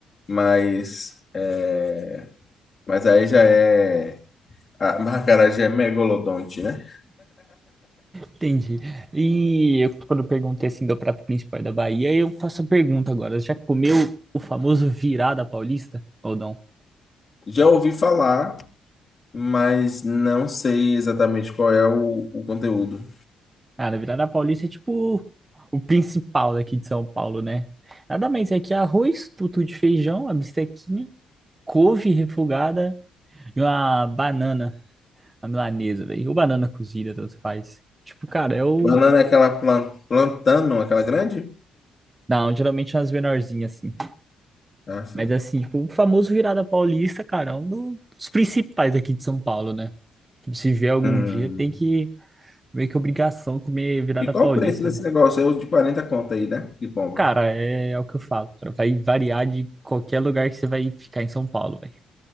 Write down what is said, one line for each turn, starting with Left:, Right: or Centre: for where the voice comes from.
Left: mas, é, mas aí já é. A <laughs> a acarajé é megalodonte, né?
Right: entendi. E eu, quando eu perguntei assim do prato principal da Bahia, eu faço a pergunta agora. Já comeu o famoso virada paulista? Ou não?
Left: Já ouvi falar, mas não sei exatamente qual é o o conteúdo.
Right: Ah, a virada paulista é tipo o principal daqui de São Paulo, né? Nada mais é que arroz, tutu de feijão, a bistequinha, couve refogada e uma banana. A milanesa, velho. Ou banana cozida, tanto faz. Tipo, cara, eu.
Left: Banana é aquela plan- plantano, aquela grande?
Right: Não, geralmente é umas menorzinhas, assim.
Left: Ah, sim.
Right: Mas assim, tipo, o famoso virada paulista, cara, é um do- dos principais aqui de São Paulo, né? Tipo, se vier algum
Left: Hum.
Right: dia, tem que. Meio que obrigação comer virada
Left: E qual
Right: paulista,
Left: o preço desse
Right: né?
Left: negócio? É o de 40 conto aí, né? Que compra.
Right: Cara, é, é o que eu falo. cara. Vai variar de qualquer lugar que você vai ficar em São Paulo, velho.